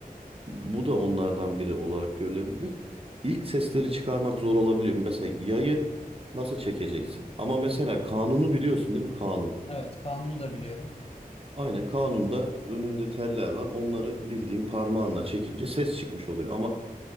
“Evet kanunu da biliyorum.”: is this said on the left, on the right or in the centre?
Left